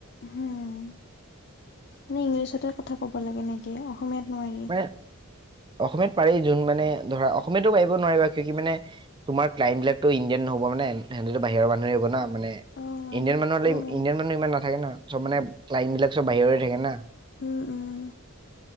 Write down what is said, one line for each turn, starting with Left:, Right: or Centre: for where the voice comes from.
Left: হুম। নে ইংলিছতে কথা ক'ব লাগে নে কি, অসমীয়াত নোৱাৰি?
Right: মানে অসমীয়াত পাৰি যোন মানে ধৰা অসমীয়াতো পাৰিব নোৱাৰিবা, কিয় কি মানে তোমাৰ ক্লাইন্ট বিলাকটো ইণ্ডিয়ান নহ'ব, মানে এনেটো বাহিৰৰ মানুহে আহিব না, মানে
Left: অ',
Right: ইণ্ডিয়ান মানুহ হ'লে,
Left: সেইটো হয়।
Right: ইণ্ডিয়ান মানুহ ইমান নাথাকে ন, চব মানে ক্লাইণ্ট বিলাক চব বাহিৰৰে থাকে না।
Left: উম, উম,